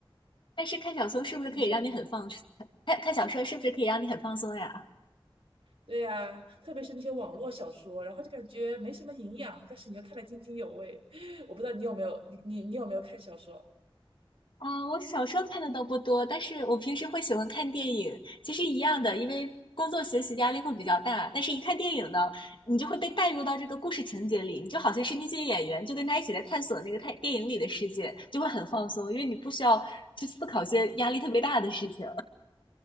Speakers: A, on the left; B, on the right.
A: 但是看小说是不是可以让你很放松？
B: 你觉得呢
A: 看看小说是不是可以让你很放松呀？
B: 对呀、特别是那些网络小说，然后就感觉没什么营养，但是你又看得津津有味。<laughs> 我不知道你有没有，你你你有没有看小说？
A: 啊、我小说看的倒不多，但是我平时会喜欢看电影，其实一样的，因为工作学习压力会比较大，但是一看电影呢，你就会被带入到这个故事情节里，你就好像是那些演员，就跟他一起在探索那个太电影里的世界，就会很放松，因为你不需要去思考一些压力特别大的事情。